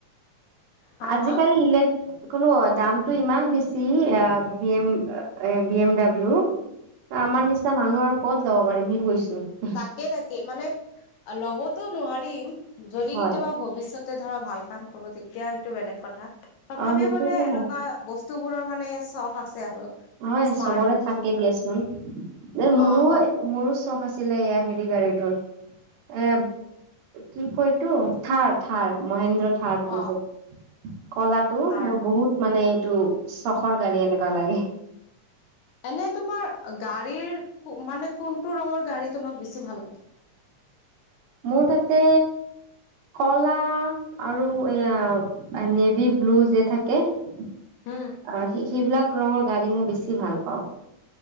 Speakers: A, on the left; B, on the right.
A: হা
B: আজিকালি
A: হা
B: ইলেক, লো, দামটো ইমান বেছি B M- B M W.
A: <inaudible>
B: আমাৰ নিচিনা মানুহ আৰু ক'ত ল'ব পাৰিম সেইটো কৈছো।
A: তাকে- তাকে মানে ল'বতো নোৱাৰিম যদি
B: হয়
A: কেতিয়াবা ভৱিষ্যত। ধৰা ভাল কৰো। তেতিয়া সেইটো বেলেগ কথা তথাপিও
B: অ সেইটোতো
A: মানে এনেকুৱা
B: হয়
A: বস্তু বস্তুবোৰৰ মানে চখ আছে আৰু।
B: হয়,
A: স্মাৰ্ট
B: চবৰে
A: বস্তুবোৰৰ
B: থাকে দিয়াচোন। মোৰো-
A: অ অ
B: মোৰো চখ আছে। দিলে এয়া হেৰি গাড়ীটোৰ। এ কি কৈ এইটো থাৰ- থাৰ মহেন্দ্ৰ। থাৰটো
A: অ'
B: যে কলাটো
A: থাৰটো
B: মোৰ বহুত, মানে এইটো চখৰ গাড়ী এনেকুৱা লাগে।
A: এনে তোমাৰ, গাড়ীৰ মানে কোনটো ৰঙৰ গাড়ী তোমাক বেছি ভাল লাগে?
B: মোৰ তাতে, কলা আৰু এয়া নেভি ব্লু যে থাকে। আহ,
A: হম
B: সেইবিলাক ৰঙৰ গাড়ী মই বেছি ভাল পাওঁ।